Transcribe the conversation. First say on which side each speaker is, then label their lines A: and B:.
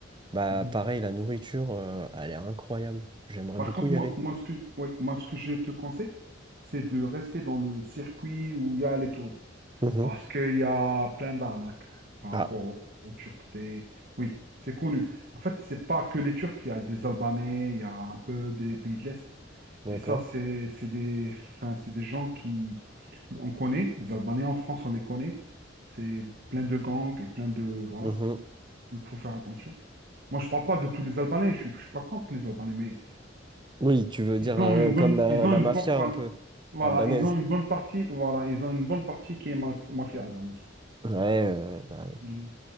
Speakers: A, on the right; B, on the right.
A: bah,
B: Mhm.
A: pareil, la nourriture, euh, a l'air incroyable. J'aimerais
B: Par
A: beaucoup
B: contre,
A: y
B: moi,
A: aller.
B: moi, ce que, ouais, moi, ce que je te conseille, c'est de rester dans le circuit où il y a les touristes.
A: Mhm.
B: Parce qu'il y a plein d'arnaques par
A: Ah,
B: rapport aux, aux Turcs. T'es- Oui, c'est connu. En fait, c'est pas que les Turcs, il y a des Albanais, il y a un peu des pays de l'Est.
A: d'accord.
B: Et ça, c'est c'est des, enfin, c'est des gens qui, on connaît, les Albanais en France, on les connaît. C'est plein de gangs et plein de... Voilà.
A: Mhm.
B: Donc, il faut faire attention. Moi, je parle pas de tous les Albanais, je ne suis je suis pas contre les Albanais, mais
A: Oui, tu veux
B: ils
A: dire
B: ont
A: euh,
B: une
A: comme
B: bonne,
A: la,
B: ils ont
A: la
B: une,
A: mafia
B: por- voilà,
A: un peu
B: voilà,
A: albanaise.
B: ils ont une bonne partie, voilà, ils ont une bonne partie qui est maf- mafia albanaise, quoi.
A: Ouais, euh, bah, oui.
B: Mm.